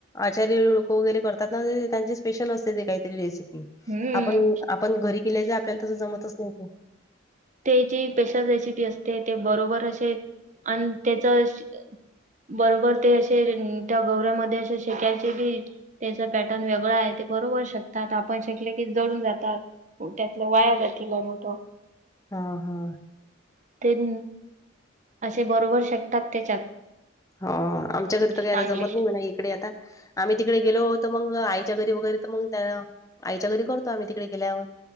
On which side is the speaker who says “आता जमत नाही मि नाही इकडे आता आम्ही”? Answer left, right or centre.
Left